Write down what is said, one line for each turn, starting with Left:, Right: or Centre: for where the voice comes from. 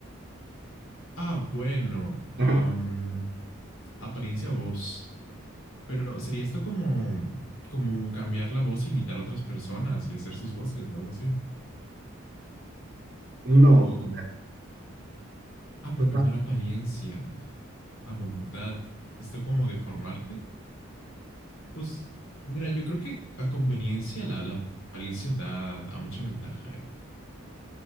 Left: Ah, bueno.
Right: <laughs>
Left: am, apariencia voz. Pero sería esto como, como cambiar la voz, e imitar a otras personas y hacer sus voces o algo así.
Right: No.
Left: O
Right: o
Left: como,
Right: sea,
Left: ah, pero
Right: o sea,
Left: cambiar apariencia a voluntad. ¿Esto como deformarte? Pues mira, yo creo que a conveniencia la, la apariencia da, da mucha ventaja, eh.